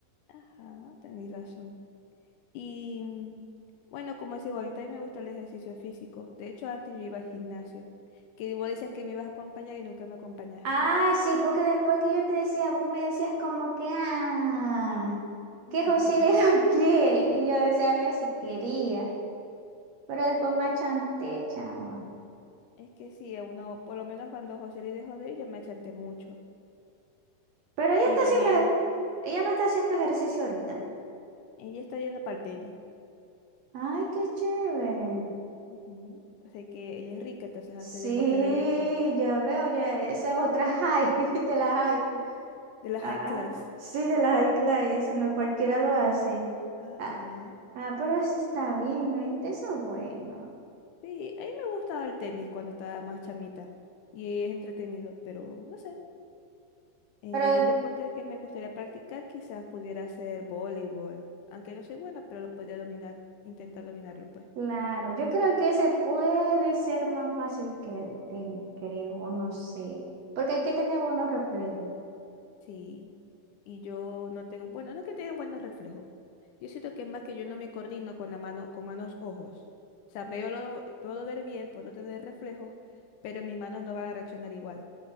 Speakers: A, on the left; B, on the right.
A: Ajá, tenéis razón. Y mm, bueno, como es igual, a mí también me gusta el ejercicio físico. De hecho, antes yo iba al gimnasio, que vos decías que me ibas a acompañar y nunca me acompañaste.
B: Ay, sí, porque después que yo te decía, vos me decías como que, ah,
A: <laughs>
B: que José le <laughs> lo quiere. Y yo decía, a ver si quería. Pero después me achanté, chava.
A: Es que sí, a uno, por lo menos cuando José le dejó de ir, yo me achanté mucho.
B: Pero ella
A: Y
B: está
A: también
B: haciendo, ejer- ella no está haciendo ejercicio ahorita.
A: ella está yendo para el tenis.
B: Ay, qué chévere.
A: Ujú. O sea que ella es rica, entonces
B: Sí,
A: hace deportes de rico.
B: ya veo, ya, esa es otra high, <laughs> de la
A: Ujú.
B: high.
A: De la
B: Ah,
A: high class.
B: sí, de la high class, eso no cualquiera lo hace.
A: Ajá.
B: Ah, ah, pero eso está bien, ahí Eso es bueno.
A: Sí, a mí me gustaba el tenis cuando estaba más chamita. Y es entretenido, pero no sé. Eh,
B: Pero
A: un deporte que me gustaría practicar quizás pudiera ser voleibol, aunque no soy buena, pero lo podría dominar, intentar dominarlo pues.
B: Claro, yo creo que ese puede ser más fácil que el tenis, creo, o no sé, porque hay que tener buenos reflejos.
A: Sí, y yo no tengo, bueno, no es que tenga buenos reflejos. Yo siento que es más que yo no me coordino con la mano, con manos ojos. O sea, veo lo, puedo ver bien, puedo tener reflejos, pero mis manos no van a reaccionar igual.